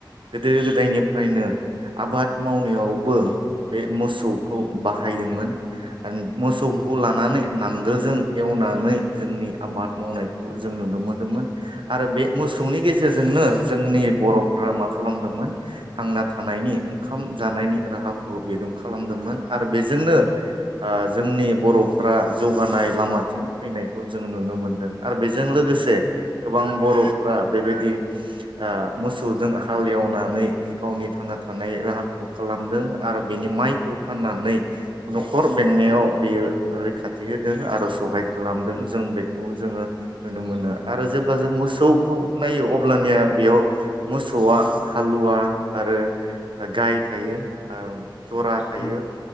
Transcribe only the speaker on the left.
उम
उम
उम